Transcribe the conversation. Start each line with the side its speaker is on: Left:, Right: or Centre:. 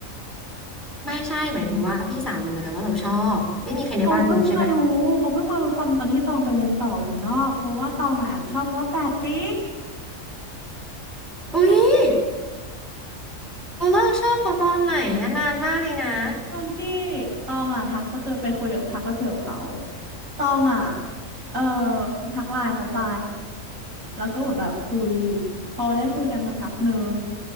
Centre: ไม่ใช่หมายถึงว่าพี่สาวรู้ไหมว่าเราชอบไม่มีใครในบ้านรู้ใช่ไหม
Right: เขาเพิ่งมารู้เขาเพิ่งมารู้ตอนตอนที่ตองไปเรียนต่อเมืองนอกเพราะว่าตองอ่ะแอบชอบคำว่าแปดปี
Centre: อุ๊ยเราเลิกชอบเขาตอนไหนอะนานมากเลยนะ
Right: ตอนที่ตองอ่ะทักไปเคยไปคุยกับทักไปคุยกับเขาตองอ่ะเอ่อทักไลน์เขาไปแล้วก็เหมือนแบบคุยพอได้คุยกันสักพักหนึ่ง